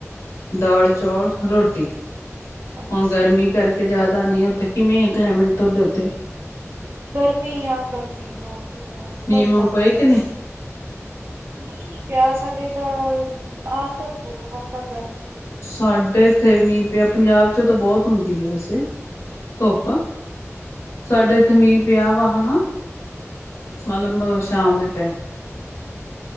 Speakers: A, on the left; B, on the right.
A: ਦਾਲ
B: ਅੱਛਾ
A: ਚੌਲ ਰੋਟੀ
B: ਅੱਛਾ
A: ਹੁਣ ਗਰਮੀ ਕਰਕੇ ਜਿਆਦਾ ਨੀ ਕਿਵੇਂ ਆ ਕਲਾਈਮੇਟ ਤੁਹਾਡੇ ਉੱਥੇ
B: ਗਰਮੀ ਆ ਗਰਮੀ ਵਹੁਦੂ ਆ
A: ਮੀਂਹ
B: ਧੂਪ
A: ਮੂੰਹ
B: ਵਦੁ
A: ਪਏ ਕਿ ਨਹੀਂ
B: ਆ ਮੀਹ ਨੀ ਕਿਆ ਸਾਡੇ ਤਾਂ ਆਹ ਧੁੱਪ ਬਹੁਤ ਆ ਗਰਮ
A: ਸਾਡੇ ਇੱਥੇ ਮੀਂਹ ਪਿਆ ਪੰਜਾਬ 'ਚੋਂ ਤਾਂ ਬਹੁਤ ਹੁੰਦੀ ਹੈ ਵੈਸੇ ਧੁੱਪ ਸਾਡੇ ਇੱਥੇ ਮੀਂਹ ਪਿਆ ਵਾ ਹੁਣ ਮਤਲਬ ਸ਼ਾਮ ਦੇ ਟਾਈਮ